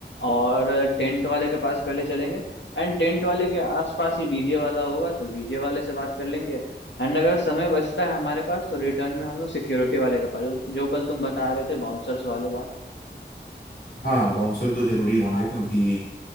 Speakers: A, on the left; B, on the left.
A: और टेंट वाले के पास पहले चलेंगे एंड टेंट वाले के आसपास ही डीजे वाला होगा तो डीजे वाले से बात कर लेंगे एंड अगर समय बचता है हमारे पास तो रिटर्न में हम लोग सिक्योरिटी वाले के पास जो जो कल तुम बता रहे थे बाउंसर्स वाले बात
B: हाँ बाउंसर तो जरूरी होंगे
A: हाँ
B: क्योंकि